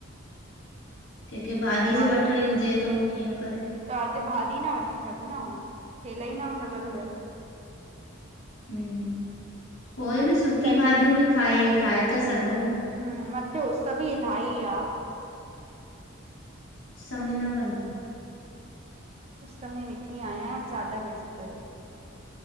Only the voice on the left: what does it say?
कैंखे भाॼी
जो वठिणी हुजे त उहो कीअं करे?
हम्म, कोई भी सुकी
भाॼियूं भी खाई ठाहे था सघंउं न।
उस्स में न वंञ।